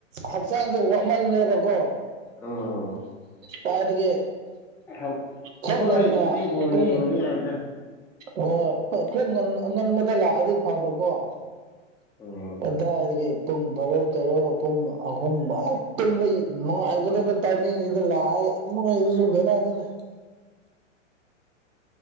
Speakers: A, on the right; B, in the centre.
A: ꯍꯛꯆꯥꯡꯖꯦ ꯋꯥꯃꯜꯂꯦꯕꯀꯣ
B: ꯎꯝ
A: ꯀꯥꯏꯗꯒꯤ
B: ꯊꯕꯛ ꯊꯕꯛ
A: ꯈꯉꯟꯅ
B: ꯂꯩꯇ꯭ꯔꯗꯤ ꯕꯣꯜ
A: ꯄꯨꯡ
B: ꯌꯦꯡꯕ ꯌꯥꯏꯗ
A: ꯑꯣ ꯍꯣꯢ ꯈꯔ ꯉꯟ ꯉꯟꯕꯗ ꯂꯥꯛꯑꯗꯤ ꯐꯕꯀꯣ
B: ꯎꯝ
A: ꯀꯗꯥꯏꯗꯒꯤ ꯄꯨꯡ ꯕꯥꯔꯣ ꯇꯦꯔꯣ ꯄꯨꯡ ꯑꯍꯨꯝ <unintelligible> ꯇꯨꯝꯕꯩ ꯅꯨꯡꯉꯥꯏꯒꯗꯕ ꯇꯥꯏꯃꯤꯡꯖꯤꯗ ꯂꯥꯛꯑꯒ ꯏꯃꯥꯏ ꯁꯤꯁꯨ ꯕꯦꯔꯥꯅꯤꯗ